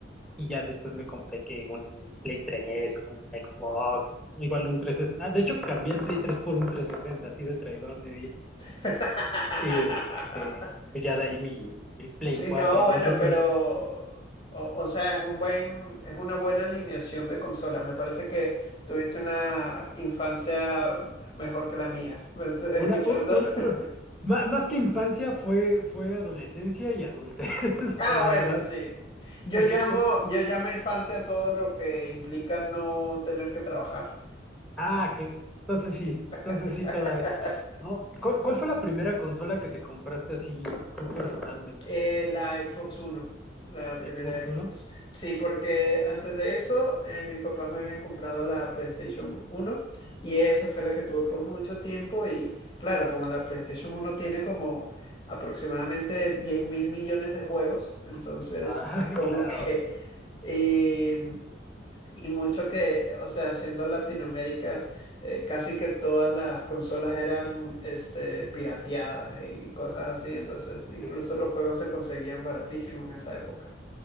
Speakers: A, in the centre; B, on the left.
A: Y ya después me compré que un Play tres un Xbox, igual un 360. Ah, de hecho, cambié el Play tres por un trescientos sesenta así de traidor me di.
B: <laughs>
A: Y este, ya de ahí mi, mi Play
B: Sí,
A: cuatro
B: no, bueno,
A: no sé tú.
B: pero, o, o sea, es un buen, es una buena alineación de consola. Me parece que tuviste una infancia mejor que la mía. Pues, escuchando.
A: Una, un- una-
B: <laughs>
A: ma- más que infancia fue, fue adolescencia y adultez, <laughs>
B: Ah,
A: la
B: bueno,
A: verdad.
B: sí. Yo
A: Porque,
B: llamo,
A: por,
B: yo llamo infancia todo lo que implica no tener que trabajar.
A: ah, que, entonces sí, entonces
B: <laughs>
A: sí todavía. ¿No? ¿Cuál, cuál fue la primera consola que te compraste así tú personalmente?
B: Eh, la Xbox One, la primera
A: ¿El Xbox
B: Xbox.
A: One?
B: Sí, porque antes de eso, eh, mis papás me habían comprado la PlayStation uno y esa fue la que tuve por mucho tiempo y claro, como la PlayStation uno tiene como aproximadamente diez mil millones de juegos, entonces
A: Ah,
B: es
A: <laughs>
B: como
A: claro,
B: que... em, y mucho que, o sea, siendo Latinoamérica, eh, casi que todas las consolas eran este, pirateadas y cosas así, entonces incluso
A: sí.
B: los juegos se conseguían baratísimos en esa época.